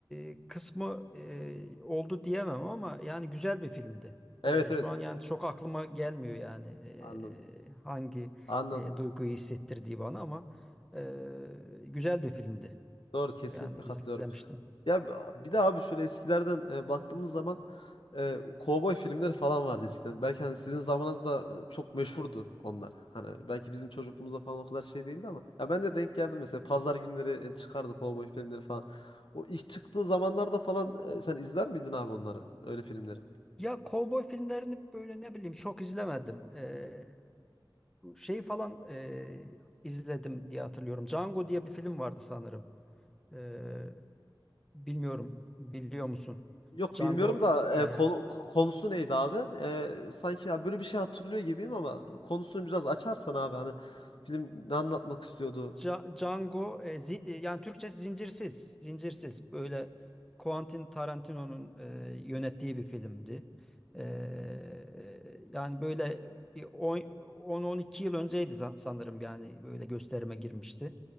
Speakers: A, in the centre; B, on the left.
A: e, kısmı e, oldu diyemem ama yani güzel bir filmdi.
B: Evet
A: E,
B: evet.
A: şu an yani çok aklıma gelmiyor yani
B: Anladım.
A: e, hangi
B: Anladım.
A: e, duyguyu hissettirdiği bana ama e, güzel bir filmdi.
B: Doğru kesinlikle
A: Yani izlemiştim.
B: katılıyorum. Ya bir de abi şöyle eskilerden e, baktığımız zaman e, kovboy filmleri falan vardı eskiden. Belki hani sizin zamanınızda e, çok meşhurdu onlar. Hani belki bizim çocukluğumuzda falan o kadar şey değildi ama ya ben de denk geldim mesela pazar günleri e, çıkardı kovboy filmleri falan. O ilk çıktığı zamanlarda falan e, sen izler miydin abi onları öyle filmleri?
A: Ya kovboy filmlerini böyle ne bileyim çok izlemedim. E, bu şey falan e, izledim diye hatırlıyorum. Django diye bir film vardı sanırım. Ee, bilmiyorum. Biliyor musun?
B: Yok
A: Django
B: bilmiyorum da
A: e,
B: e, konu, konusu neydi abi? E, sanki ya böyle bir şey hatırlıyor gibiyim ama konusunu biraz açarsan abi hani film ne anlatmak istiyordu?
A: Ca- Django e, zi- e, yani Türkçe zincirsiz. Zincirsiz. Böyle Quentin Tarantino'nun e, yönettiği bir filmdi. Ee, yani böyle bir on- 10-12 yıl önceydi za- sanırım yani böyle gösterime girmişti.